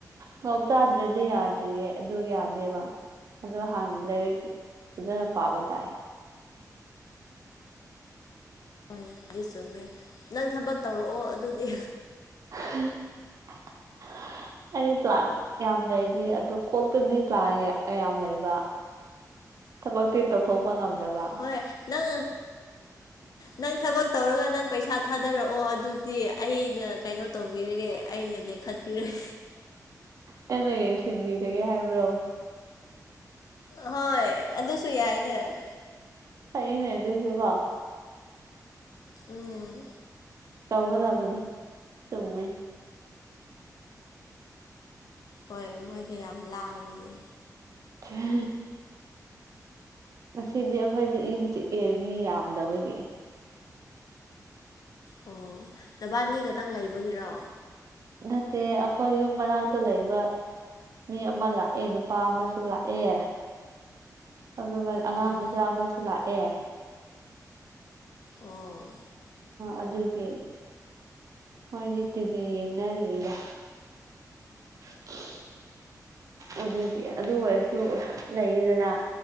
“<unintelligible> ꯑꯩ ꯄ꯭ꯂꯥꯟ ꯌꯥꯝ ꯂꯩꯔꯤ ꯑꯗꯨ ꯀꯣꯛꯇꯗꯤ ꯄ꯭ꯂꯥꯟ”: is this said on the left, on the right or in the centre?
Right